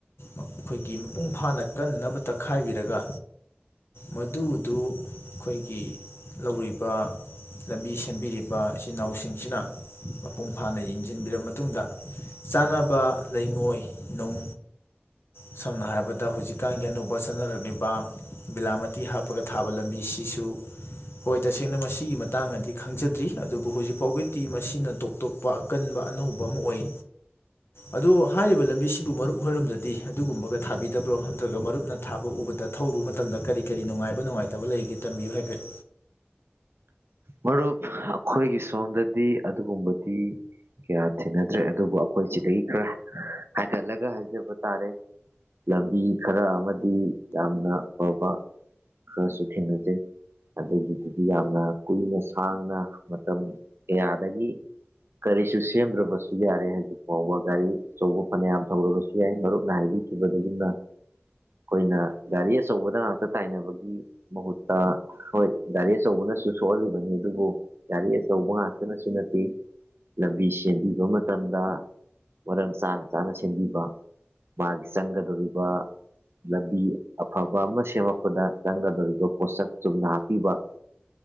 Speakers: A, on the left; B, on the right.
A: ꯑꯩꯈꯣꯏꯒꯤ ꯃꯄꯨꯡ ꯐꯥꯅ ꯀꯟꯅꯕ ꯇꯛꯈꯥꯏꯕꯤꯔꯒ ꯃꯗꯨꯗꯨ ꯑꯩꯈꯣꯏꯒꯤ ꯂꯧꯔꯤꯕ ꯂꯝꯕꯤ ꯁꯦꯝꯕꯤꯔꯤꯕ ꯏꯆꯤꯟꯜ ꯏꯅꯥꯎꯁꯤꯡꯁꯤꯅ ꯃꯄꯨꯡ ꯐꯥꯅ ꯌꯦꯡꯁꯤꯟꯕꯤꯔ ꯃꯇꯨꯡꯗ ꯆꯥꯟꯅꯕ ꯂꯩꯉꯣꯏ ꯅꯨꯡ ꯁꯝꯅ ꯍꯥꯏꯔꯕꯗ ꯍꯧꯖꯤꯛꯀꯥꯟꯒꯤ ꯑꯅꯧꯕ ꯆꯠꯅꯔꯛꯂꯤꯕ ꯕꯤꯂꯥꯃꯇꯤ ꯍꯥꯞꯄꯒ ꯊꯥꯕ ꯂꯝꯕꯤꯁꯤꯁꯨ ꯍꯣꯏ ꯇꯁꯦꯡꯅ ꯃꯁꯤꯒꯤ ꯃꯇꯥꯡꯗꯤ ꯈꯪꯖꯗ꯭ꯔꯤ ꯑꯗꯨꯕꯨ ꯍꯧꯖꯤꯛ ꯐꯥꯎꯒꯤꯗꯤ ꯃꯁꯤꯅ ꯇꯣꯞ ꯇꯣꯞꯄ ꯑꯀꯟꯕ ꯑꯅꯧꯕ ꯑꯃ ꯑꯣꯏ ꯑꯗꯨ ꯍꯥꯏꯔꯤꯕ ꯂꯝ ꯄꯕꯤꯁꯤꯕꯨ ꯃꯔꯨꯞ ꯑꯣꯏꯔꯝꯗꯗꯤ ꯑꯗꯨꯒꯨꯝꯕꯒ ꯊꯥꯕꯤꯗꯕ꯭ꯔꯣ ꯅꯠꯇ꯭ꯔꯒ ꯃꯔꯨꯞꯅ ꯊꯥꯕ ꯎꯕꯗ ꯊꯧꯔꯨꯕ ꯃꯇꯝꯗ ꯀꯔꯤ ꯀꯔꯤ ꯅꯨꯡꯉꯥꯏꯕ ꯅꯨꯡꯉꯥꯏꯇꯕ ꯂꯩꯒꯦ ꯇꯝꯕꯤꯌꯨ ꯍꯥꯏꯐꯦꯠ
B: ꯃꯔꯨꯞ ꯑꯩꯈꯣꯏꯒꯤ ꯁꯣꯝꯗꯗꯤ ꯑꯗꯨꯒꯨꯝꯕꯗꯤ ꯀꯌꯥ ꯊꯦꯡꯅꯗ꯭ꯔꯦ ꯑꯗꯨꯕꯨ ꯑꯩꯈꯣꯏ ꯁꯤꯗꯒꯤ ꯈꯔ ꯍꯥꯏꯒꯠꯂꯒ ꯍꯥꯏꯖꯕ ꯇꯥꯔꯦ ꯂꯝꯕꯤ ꯈꯔ ꯑꯃꯗꯤ ꯌꯥꯝꯅ ꯐꯕ ꯈꯔꯁꯨ ꯊꯦꯡꯅꯖꯩ ꯑꯗꯨꯒꯤꯗꯨꯗꯤ ꯌꯥꯝꯅ ꯀꯨꯏꯅ ꯁꯥꯡꯅ ꯃꯇꯝ ꯀꯌꯥꯗꯒꯤ ꯀꯔꯤꯁꯨ ꯁꯦꯝꯗ꯭ꯔꯕꯁꯨ ꯌꯥꯔꯦ ꯍꯧꯖꯤꯛ ꯐꯥꯎꯕ ꯒꯥꯔꯤ ꯑꯆꯧꯕ ꯐꯅꯌꯥꯝ ꯊꯧꯔꯕꯁꯨ ꯌꯥꯏ ꯃꯔꯨꯞꯅ ꯍꯥꯏꯕꯤꯈꯤꯕꯗꯨꯅ ꯑꯩꯈꯣꯏꯅ ꯒꯥꯔꯤ ꯑꯆꯧꯕꯗ ꯉꯥꯛꯇ ꯇꯥꯏꯅꯕꯒꯤ ꯃꯍꯨꯠꯇ ꯍꯣꯏ ꯒꯥꯔꯤ ꯑꯆꯧꯕꯅꯁꯨ ꯁꯣꯛꯍꯜꯂꯤꯕꯅꯤ ꯑꯗꯨꯕꯨ ꯒꯥꯔꯤ ꯑꯆꯧꯕ ꯉꯥꯛꯇꯅꯁꯨ ꯅꯠꯇꯦ ꯂꯝꯕꯤ ꯁꯦꯝꯕꯤꯕ ꯃꯇꯝꯗ ꯃꯔꯝ ꯆꯥꯅ ꯆꯥꯅ ꯁꯦꯝꯕꯤꯕ ꯃꯥꯒꯤ ꯆꯪꯒꯗꯧꯔꯤꯕ ꯂꯝꯕꯤ ꯑꯐꯕ ꯑꯃ ꯁꯦꯝꯃꯛꯄꯗ ꯆꯪꯒꯗꯧꯔꯤꯕ ꯄꯣꯠꯁꯛ ꯆꯨꯝꯅ ꯍꯥꯞꯄꯤꯕ